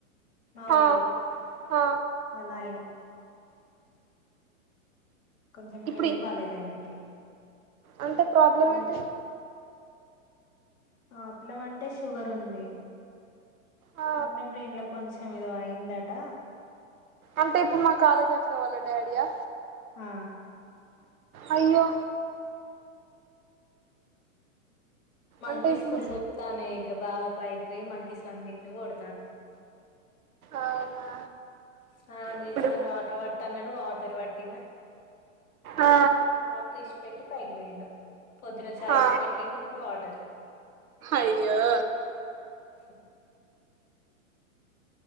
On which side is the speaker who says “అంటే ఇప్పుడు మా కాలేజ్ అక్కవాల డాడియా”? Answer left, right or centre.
Right